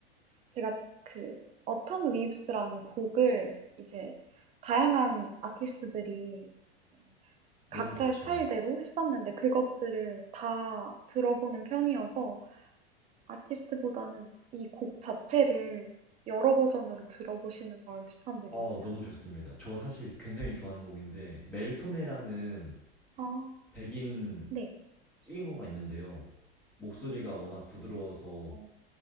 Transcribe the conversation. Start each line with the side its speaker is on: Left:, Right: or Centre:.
Right: 제가 그 Autumn Leaves라는 곡을 이제 다양한 아티스트들이 이제
Centre: 너무
Right: 각자의
Centre: 좋죠.
Right: 스타일대로 했었는데 그것들을 다 들어보는 편이어서 아티스트보다는 이 곡 자체를 여러 버전으로 들어보시는 걸 추천드립니다.
Centre: 어, 너무 좋습니다. 저 사실 굉장히 좋아하는 곡인데 멜토메라는
Right: 아,
Centre: 백인
Right: 네.
Centre: 찍인거가 있는데요. 목소리가 워낙 부드러워서
Right: 어,